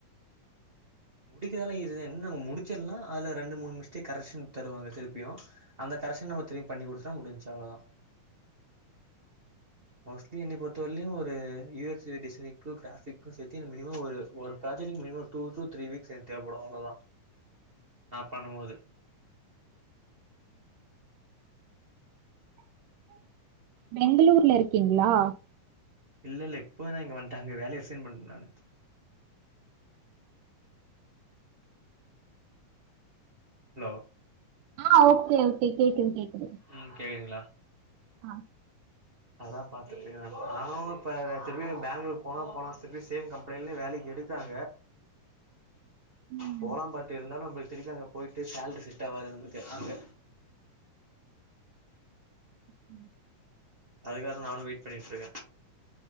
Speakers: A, on the right; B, on the right.
A: முடிக்கிறதுல்ல ஈசி தா என்ன முடிச்சரலா அதுல ரெண்டு மூணு மிஸ்டேக் கரெஷன் தருவாங்க திருப்பியு அந்த கரைசன் நம்ம திரிப்பி பண்ணி குடுத்தா முடிஞ்சு அவ்ளதா மோஸ்ட்லி என்னைய பொறுத்தவருலையு ஒரு யு எஸ் டிசைனிங்க்கு கிராபிக்கு சேத்தி எனக்கு மினிமம் ஒரு ஒரு பே ஜெட்க்கு minimum two two three weeks எனக்கு தேவைப்படு அவ்ளதா நா பண்ணும் போது <inaudible>
B: பெங்களூர்ல இருக்கீங்களா
A: இல்ல இல்ல இப்ப நா இங்க வந்துட்ட அங்க வேலய ரிசன் பண்ணிட்ட நான்னு ஹலோ
B: ஆ ஓகே ஓகே கேக்குது கேக்குது
A: ம் கேக்குதுங்களா
B: ஆ
A: அதா பாத்துட்டு இருக்க நானு நானு இப்ப திருப்பி பேங்களூர் போனால் போனா திரிப்பி சேம் கம்பெனிலேயே வேலைக்கி எடுக்க றங்க
B: ம்
A: போலா பட் இருந்தாலு திருப்பி அங்க போயிட்டு சேல்ரி செட்டாவாது நம்ளுக்கு அங்க
B: ம்
A: அதுக்காகதா நானு வெயிட் பண்ணிட்ருக்க